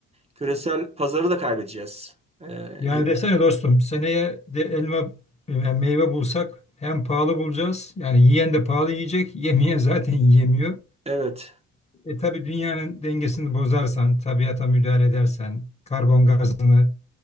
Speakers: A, on the right; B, on the left.
A: küresel pazarı da kaybedeceğiz. E,
B: Yani
A: gibi.
B: desene dostum seneye de elma yani meyve bulsak hem pahalı bulacağız. Yani yiyen de pahalı yiyecek. Yemeyen zaten <laughs> yiyemiyor.
A: evet,
B: E tabii dünyanın dengesini bozarsan, tabiata müdahale edersen, karbon gazını